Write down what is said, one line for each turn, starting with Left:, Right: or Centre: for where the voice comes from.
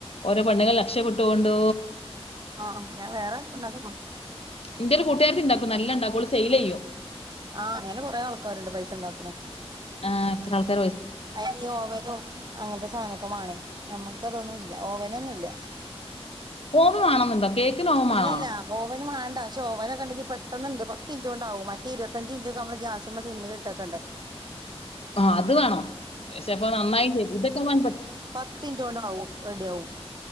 Left: ഓരോ പണ്ണുങ്ങൾ രക്ഷപ്പെട്ടൊണ്ട്
Right: ആഹ ഞാൻ വേറെ ഉണ്ടാക്കിക്കൊടു
Left: ഇന്റെ ഒരു കൂട്ടുകാർ ഉണ്ടാക്കും നല്ല ഉണ്ടാക്കൂ ഓൾ സെൽ ചെയ്യും
Right: ആഹ് അങ്ങനെ കൊറെേ ആൾക്കാരുണ്ട് പൈസ ഉണ്ടാക്കണം
Left: ആ അത്ര ആൾക്കാ
Right: അത് യോവനും അങ്ങനത്തെ സാധനൊക്കെ മാണേ ഞമ്മക്ക അതൊന്നുംല്ല. ഓവനൊന്നുംല്ല
Left: ഓമം വേണമെന്നുണ്ടോ കേക്കിന് ഓമം
Right: ഇല്ലല്ല
Left: വേണോ
Right: ഓവന് വേണ്ട പക്ഷെ ഓവനൊക്കെ ഉണ്ടെങ്കി പെട്ടെന്നുണ്ട് ത്ത് മിന്റോണ്ടൊക്കെ ആവും മറ്റ ഇരുപത്തഞ്ചിന്റക്കെ നമ്മള് ഗ്യാസുമ്പ സിമ്മിൽ ഇട്ടക്കണ്ടേ
Left: ആഹ് അത് വേണം പക്ഷെപ്പോ നന്നായി ചെയ്ും ഇതൊക്കെൻ പ <unintelligible>
Right: പത്തിന്റ് കൊണ്ട ആവും റെഡി ആവും